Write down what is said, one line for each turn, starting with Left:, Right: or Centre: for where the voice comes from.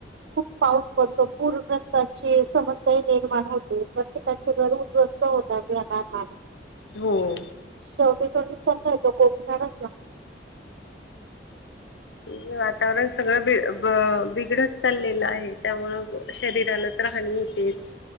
Right: खूप पाऊस पडतो पूरगस्तची समस्या निर्माण होते प्रत्येका घर उद्ध्वस्त होतातला
Left: हो.
Right: शेवटी तस त कोच नाव
Left: म्हजे वातावरण सगळं ब बिघडत चाललेलं आहे त्यामुळे शरीराला तर ह हो तेच